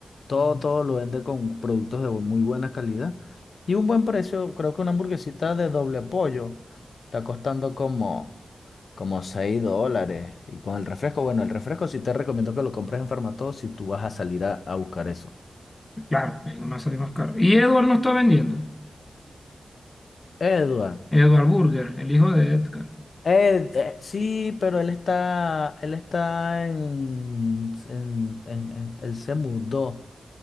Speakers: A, on the left (about 65°); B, on the left (about 20°).
A: todo, todo lo vende con productos de muy buena calidad y un buen precio. Creo que una hamburguesita de doble pollo está costando como, como 6 dólares. Y con el refresco, bueno, el refresco sí te recomiendo que lo compres en Farmatodo si tú vas a salir a, a buscar eso.
B: claro, si no me va a salir más caro. Y Edward no está vendiendo,
A: Edward,
B: Edward Burger, el hijo de Edgar.
A: Eh, de- sí, pero él está, él está en, en, en- en- él se mudó.